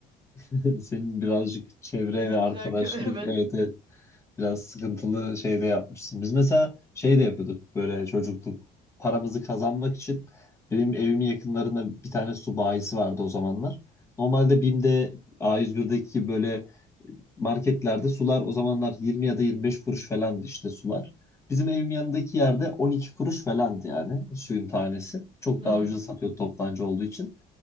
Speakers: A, on the left (about 15°); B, on the right (about 30°).
A: <laughs> Senin birazcık çevre
B: Bizimkiler
A: ve arkadaşlık
B: kö <laughs> evet.
A: evet evet Biraz sıkıntılı şey de yapmışsın. Biz mesela şey de yapıyorduk böyle çocukluk paramızı kazanmak için benim evimin yakınlarında bir tane su bayisi vardı o zamanlar. Normalde BİM'de A101'deki gibi böyle marketlerde sular o zamanlar 20 ya da 25 kuruş falandı işte sular. Bizim evim yanındaki yerde 12 kuruş falandı yani suyun tanesi. Çok
B: Hmm.
A: daha ucuz satıyor toptancı olduğu için.